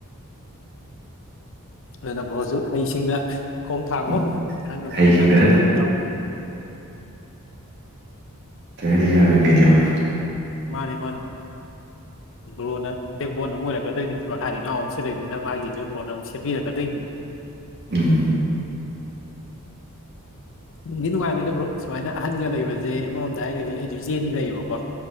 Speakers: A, on the left; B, on the right.
A: ꯑꯗꯨꯅ ꯕ꯭ꯔꯣꯁꯨ ꯍꯩꯁꯤꯡꯅ ꯈꯣꯡ ꯊꯥꯡꯉꯣ
B: ꯎꯝ
A: ꯏꯍꯥꯟ ꯑꯣꯏꯕꯅꯤꯅ
B: ꯍꯩꯁꯤꯡꯅ
A: ꯏꯅꯥꯎ
B: ꯀꯩ ꯍꯏꯤ ꯌꯔꯣꯏꯗꯣꯏꯅꯦꯕ
A: ꯃꯥꯅꯤ ꯃꯥꯅꯤ ꯕ꯭ꯔꯣꯅ ꯕꯦꯛꯕꯣꯟꯅ ꯑꯃ ꯑꯣꯏꯔꯛꯀꯗꯣꯏꯅꯤ ꯏꯍꯥ ꯏꯅꯥꯎ ꯑꯝꯁꯨ ꯂꯩꯅꯤꯅ ꯃꯥꯒꯤ ꯁꯨꯝ ꯕ꯭ꯔꯣꯟꯅ ꯑꯃꯨꯛ ꯁꯦꯝꯕꯤꯔꯛꯀꯗꯣꯏꯅꯤ
B: ꯎꯝ
A: ꯅꯨꯡꯗꯤ ꯅꯨꯡꯉꯥꯏꯔꯣꯏꯗꯕ꯭ꯔꯣ ꯁꯨꯃꯥꯏꯅ ꯑꯍꯟꯒ ꯂꯩꯕꯁꯦ ꯑꯃꯔꯣꯝꯗ ꯍꯥꯏꯔꯒꯗꯤ ꯑꯩꯁꯨ ꯆꯦꯅꯤ ꯂꯩꯌꯦꯕꯀꯣ